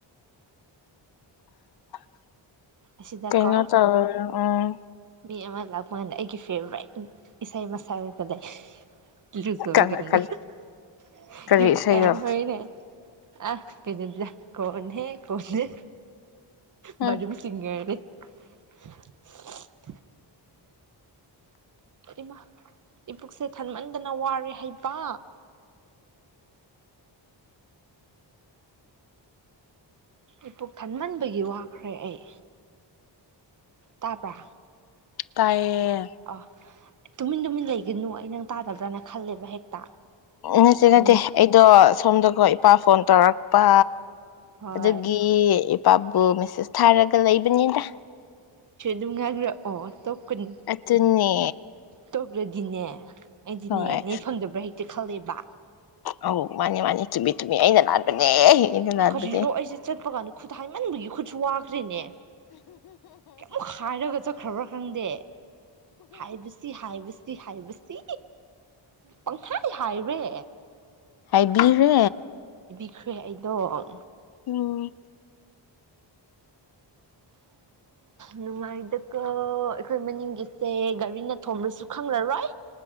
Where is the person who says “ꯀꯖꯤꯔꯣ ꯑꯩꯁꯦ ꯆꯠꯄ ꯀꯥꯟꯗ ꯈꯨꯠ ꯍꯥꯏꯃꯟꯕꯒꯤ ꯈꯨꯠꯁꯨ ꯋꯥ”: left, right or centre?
Right